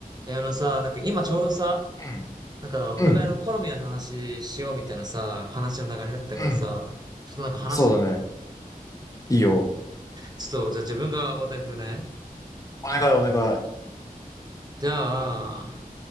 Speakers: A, on the right; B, on the left.
A: え、あのさ、なんか今ちょうどさ、
B: うん、
A: なんかお互いの好みの話しようみたいなさ、
B: うん、
A: 話の流れになったからさ、
B: うん、
A: ちょっとなんか話してみない
B: そうだね。いいよ。
A: ちょっと、じゃあ自分が話題振るね。
B: お願いお願い。
A: じゃあ、